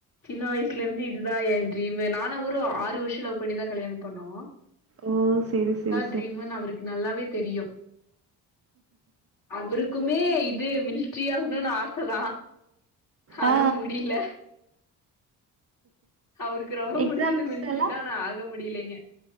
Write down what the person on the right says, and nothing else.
ஓ செரி செரி
ஆ
எக்ஸாம்ஸ்
எல்லா